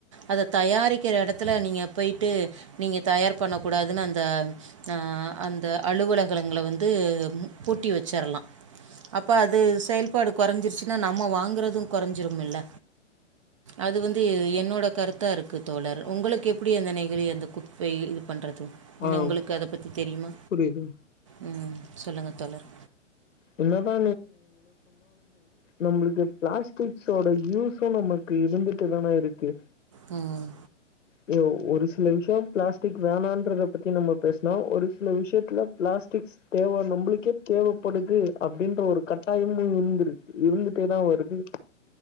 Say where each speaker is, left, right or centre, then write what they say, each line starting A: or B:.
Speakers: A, on the right (about 30°); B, on the left (about 85°).
A: அத தயாரிக்கிற எடத்துல நீங்க போய்ட்டு நீங்க தயார் பண்ணகூடாதுன்னு அந்த அஹ் அந்த அலுவலகங்கள வந்து பூட்டி வெச்சரலா அப்ப அது செயல்பாடு கொறஞ்சிருச்சுன்னா நம்ம வாங்குறதும் கொறஞ்சிருமில்ல அது வந்து எ என்னோட கருத்தா இருக்கு தோழர் உங்களுக்கு எப்புடி அந்த நெகிழி அந்த குப்பை இது பண்ற து இன்ன
B: ஆ
A: உங்குளுக்கு அத பத்தி தெரியுமா
B: புரியுது
A: ம் சொல்லுங்க தோழர்
B: என்னதா நம்முளுக்கு பிளாஸ்டிக்ஸோட யூஸு நமக்கு இருந்துட்டு தான இருக்கு
A: ம்
B: அய்யோ ஒரு சில விசியோ பிளாஸ்டிக் வேணான்றத பத்தி நம்ம பேஸ்னோ ஒரு சில விஷயத்துல பிளாஸ்டிக்ஸ் தேவ நம்புளுக்கே தேவப்படுது து அப்டின்ற ஒரு கட்டாயமோ இருந்திருக் இருந்துட்டேதா வருது